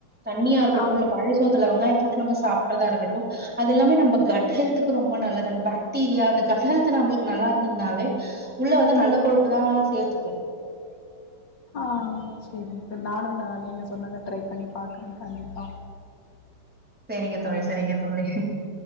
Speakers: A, in the centre; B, on the left (about 55°).
A: தண்ணியா இருக்கட்டு
B: ஆம்
A: இல்ல பழைய சோத்துல வெங்காய போட்டு நம்ம சாப்றதா இருக்கட்டு அது எல்லாமே நம்ம கட் ஹெல்துக்கு ரொம்ப நல்லது அந்த பேக்டீரியா அந் கட் ஹெல்து நம்மளுக்கு நல்லா இருந்ததுனாவே உள்ள வந்து நல்ல கொழுப்பு தா சேத்துக்கு
B: ஆ சேரிங் நானுன நீங்க சொன்னத ட்ரை பண்ணி பாக்குறே கண்டிப்பா
A: சேரிங்க தோழி சேரிங்க தோழி